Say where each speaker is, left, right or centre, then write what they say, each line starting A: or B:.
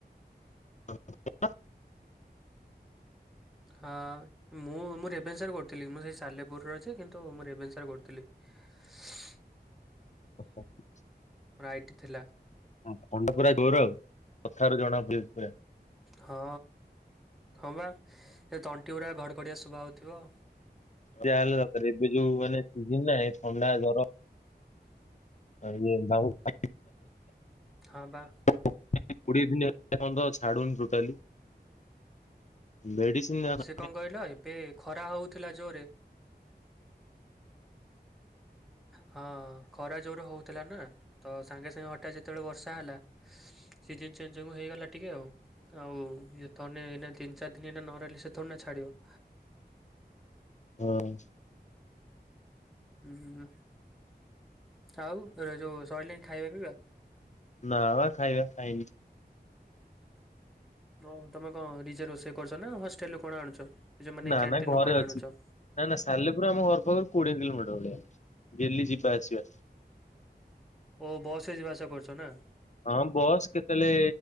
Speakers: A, on the left (about 45°); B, in the centre.
A: <unintelligible>
B: ହଁ। ମୁଁ ମୁଁ ରେଭେନସାରେ କରୁଥିଲି ମୁଁ ସେଇ ସାଲେପୁରରେ ଅଛି କିନ୍ତୁ ମୁଁ ରେଭେନସାରେ କରୁଥିଲି। <unintelligible>
A: <unintelligible>
B: ମୋର ଆଇଟି ଥିଲା
A: ହ ଖଣ୍ଡ ପୁରା ଗୋର ଆଉ କଥାରୁ ଜଣା ପଡୁଛି ପୁରା।
B: ହଁ ହଁ ବା ଏ ତଣ୍ଟି ଗୁଡ଼ା ଘଡ଼ ଘଡ଼ିଆ ସୁଭାଯାଉଥିବ।
A: ଯାହାହେଲେ ଦରକାର ଏବେ ଯୋଉଁ ମାନେ ସିଜିନ ନା ଥଣ୍ଡା ଜର ରହିବେ <unintelligible>
B: ହଁ ବା
A: କୋଡିଏ ଦିନ ହେ ପର୍ଯ୍ୟନ୍ତ ଛାଡୁନି ଟୋଟାଲି ମେଡିସିନ ହଁ
B: ସେ କଣ କହିଲ ଏବେ ଖରା ହଉଥିଲା ଜୋରେ ହଁ ଖରା ଯୋର ହଉଥିଲା ନା ତ ସାଙ୍ଗେ ସାଙ୍ଗେ ହଠାତ୍ ଯେତେବେଳେ ବର୍ଷା ହେଲା ସିଜିନ୍ ଚେଞ୍ଜ ଯୋଗୁ ହେଇଗଲା ଟିକେ ଆଉ। ଆଉ ଏଥେନେ ଏଇନା ତିନି ଚାରି ଦିନ ଏଇ ନ ରହିଲେ ସେ ଥଣ୍ଡା ଛାଡ଼ିବ।
A: ହଁ
B: ହୁଁ ଆଉ ଏରା ଯୋଉ ସରିଲାଣି ଖାଇବା ପିଇବା।
A: ନା ବା ଖାଇବା ଖାଇନି।
B: ହଁ ତମେ କଣ ନିଜେ ରୋଷେଇ କରୁଛ ନା ହଷ୍ଟେଲ ରୁ କଣ ଆଣୁଛ? ଏଇ ଯୋଉ ମାନେ
A: ନା
B: କ୍ୟାଣ୍ଟିନ
A: ନା ଘରେ
B: ରୁ କଣ
A: ଅଛି।
B: ଆଣୁଛ?
A: ନା ନା ସାଲେପୁର ଆମ ଘର ପାଖରୁ କୋଡ଼ିଏ କିଲୋମିଟର ହବ। ଡେଲି ଯିବା ଆସିବା।
B: ଓ ବସରେ ଯିବା ଆସିବା କରୁଛ ନାଁ।
A: ହଁ ବସ୍ କେତେବେଳେ